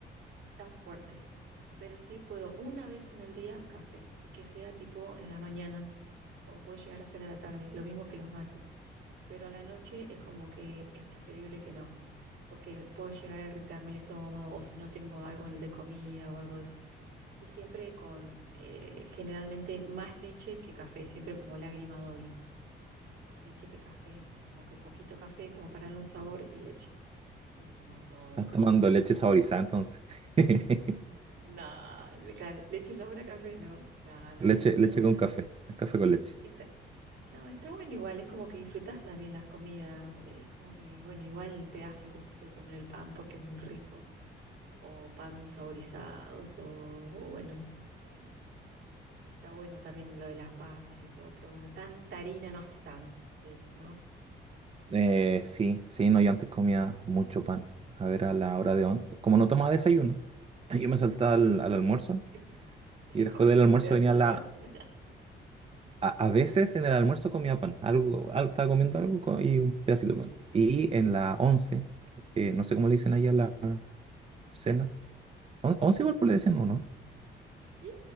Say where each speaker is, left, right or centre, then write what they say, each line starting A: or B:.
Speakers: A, on the right; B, on the right.
A: tan fuerte, pero sí puedo una vez en el día café y que sea tipo en la mañana o puede llegar a ser a la tarde, lo mismo que los mates, pero a la noche es como que es preferible que no. porque puede llegar a irritarme el estómago o si no tengo algo en el de comida o algo de eso. Y siempre con eh, generalmente más leche que café, siempre como lágrima doble. Eh, más leche que café, como que poquito café, como para darle un sabor y leche. No es como todo
B: Estás
A: café.
B: tomando leche
A: O
B: saborizada entonces. <laughs>
A: nada, claro, leche sabor a café, ¿no? No, no,
B: Leche,
A: no.
B: leche
A: Pero bueno,
B: con café, es café con leche.
A: está, no, está bueno igual, es como que disfrutás también las comidas. eh, Es como que, bueno, igual te das el gustito de comer el pan porque es muy rico o pan saborizados, o, o bueno, eh, está bueno también lo de las pastas y todo, pero bueno, tanta harina no hace tan bien, ¿no?
B: Eh, sí, sí, no, yo antes comía mucho pan. A ver, a la hora de... on- Como no tomaba desayuno, yo me saltaba al, al almuerzo
A: <laughs> Te
B: y
A: comía
B: después del almuerzo
A: un pedazo
B: venía
A: de
B: la,
A: pan. <laughs>
B: A, a veces en el almuerzo comía pan, algo, al- estaba comiendo algo co- y un pedacito de pan. Y en la once, eh, no sé cómo le dicen ahí a la cena. On- once igual pues le decían, ¿o no?
A: Y